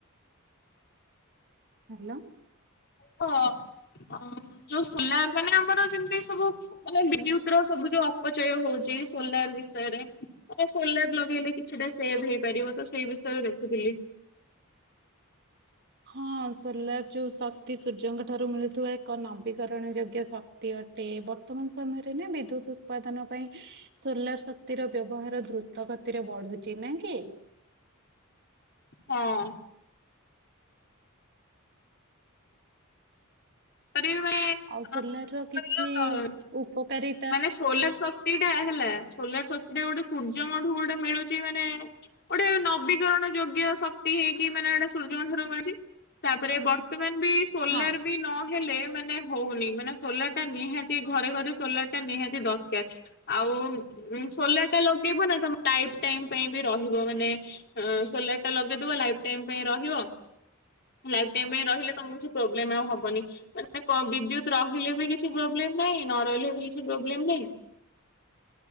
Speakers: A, on the right (about 55°); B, on the left (about 50°).
A: ହ୍ୟାଲୋ।
B: ହ ଯୋଉ ସୋଲାର ମାନେ ଆମର ଯେମିତି ସବୁ ମାନେ ବିଦ୍ୟୁତ ର ସବୁ ଯୋଉ ଅପଚୟ ହୋଉଚି ସୋଲାର ବିଷୟରେ ମାନେ ସୋଲାର ଲଗେଇଲେ କିଛିଟା ସେଭ୍ ହେଇପାରିବ ତ ସେଇ ବିଷୟରେ ଦେଖୁଥିଲି।
A: ହଁ ସୋଲାର ଯୋଉ ଶକ୍ତି ସୂର୍ଯ୍ୟଙ୍କ ଠାରୁ ମିଳୁଥିବା ଏକ ନବୀକରଣ ଯୋଗ୍ୟ ଶକ୍ କ୍ତି ଅଟେ ବର୍ତ୍ତମାନ ସମୟରେ ନା ବିଦ୍ୟୁତ ଉତ୍ପାଦନ ପାଇଁ ସୋଲାର ଶକ୍ତିର ବ୍ୟବହାର ଦ୍ରୁତ ଗତିରେ ବଢୁଚି। ନା କି?
B: ହଁ <unintelligible>
A: ଆଉ ସୋଲାର ର
B: କହିଲ
A: କିଛି ଉପକାରୀ
B: ମାନେ ସୋଲାର ଶକ୍ତି ଟା ହେଲା ସୋଲାର ଶକ୍ତି ଟା ଗୋଟେ ସୂର୍ଯ୍ୟଙ୍କଠୁ ଗୋଟେ ମିଳୁଛି ମାନେ ଗୋଟେ ନବୀକରଣ ଯୋଗ୍ୟ ଶକ୍ତି ହେଇନି ମାନେ ଏଟା ସୂର୍ଯ୍ୟଙ୍କ ଠାରୁ ମିଳୁଛି। ତାପରେ ବର୍ତ୍ତମାନ ବି ସୋଲାର
A: ହଁ
B: ବି ନ ହେଲେ ମାନେ ହୋଉନି ମାନେ ସୋଲାର ଟା ନିହାତି ଘରେ ଘରେ ସୋଲାର ନିହାତି ଦରକାର। ଆଉ ଉଁ ସୋଲାର ଟା ଲଗେଇବୁ ନା ତମ ଲାଇଫ୍ ଟାଇମ୍ ପାଇଁ ବି ରହିବ। ମାନେ ଆଁ ସୋଲାର ଟା ଲଗେଇଦେବ ଲାଇଫ୍ ଟାଇମ୍ ପାଇଁ ରହିବ ଲାଇଫ୍ ଟାଇମ୍ ପାଇଁ ରହିଲେ ତମକୁ କିଛି ପ୍ରୋବ୍ଲେମ ଆଉ ହବନି। ମାନେ ବିଦ୍ୟୁତ ରହିଲେ ବି କିଛି ପ୍ରୋବ୍ଲେମ ନାହିଁ ନ ରହିଲେ ବି କିଛି ପ୍ରୋବ୍ଲେମ ନାହିଁ।